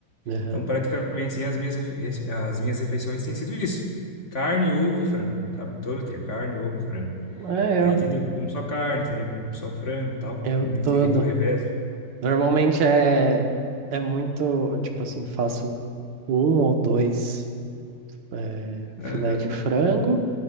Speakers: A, on the right; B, on the left.
A: aham.
B: Então praticamente assim, as minhas, refe- rece- as minhas refeições têm sido isso: carne, ovo e frango, sabe? Todo dia, carne, ovo e frango.
A: É
B: Aí
A: eu,
B: tem dia que eu como só carne, tem dia que eu como só frango e tal.
A: eu todo.
B: Tem dia que eu revezo.
A: Normalmente é, é muito, tipo assim, faço um ou dois eh,
B: Aham.
A: filé de frango